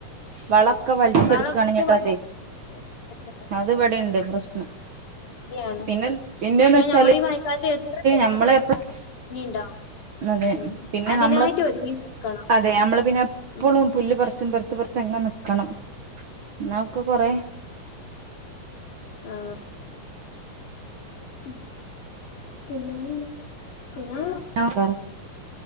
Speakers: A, on the right; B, on the left.
A: വളം ക്കെ വൽച്ച്ട്ക്കാണ്
B: വളൊക്കെ
A: ന്ന്ട്ടതെ
B: വലിച്ച് അതെ
A: അത് വെടെണ്ട് പ്രശ്നം
B: യാണ്
A: പിന്നെ പിന്നെന്ന്
B: പക്ഷെ
A: വെച്ചാല്
B: നമ്മളീ മഴക്കാലത്ത് എത്ര എത്ര ചെത്തിക്കോരിയാലും
A: നമ്മളെ എപ്പഴും
B: ഞ്ഞിണ്ടാവും
A: അതെ പിന്നെ
B: അതിനായിട്ട്
A: നമ്മളെ
B: ഒരുങ്ങി നിക്കണം
A: അതെ നമ്മള് പിന്നെ എപ്പളും
B: ഉം
A: പുല്ല് പർച്ചും പർച്ചും പർച്ചങ്ങനെ നിക്കണം ന്നാ ഒക്കെ കൊറെ
B: ആ ഉം പിന്നെന്ത് പിന്നെ
A: ആഹ് പറാ